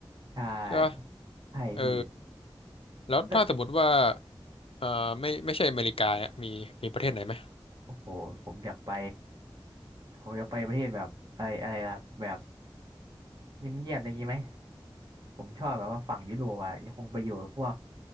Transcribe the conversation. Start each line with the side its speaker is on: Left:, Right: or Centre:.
Right: ใช่ใช่พี่
Left: ใช่ป่ะเออแล้วถ้าสมมติว่า
Right: แล้ว
Left: เอ่อไม่ไม่ใช่อเมริกาอ่ะมีมีประเทศไหนไหม
Right: โอ้โหผมอยากไปผมอยากไปประเทศแบบอะไรอะไรล่ะแบบเงียบๆอะไรอย่างงี้ไหมผมชอบแบบว่าฝั่งยุโรปอ่ะคงไปอยู่พวก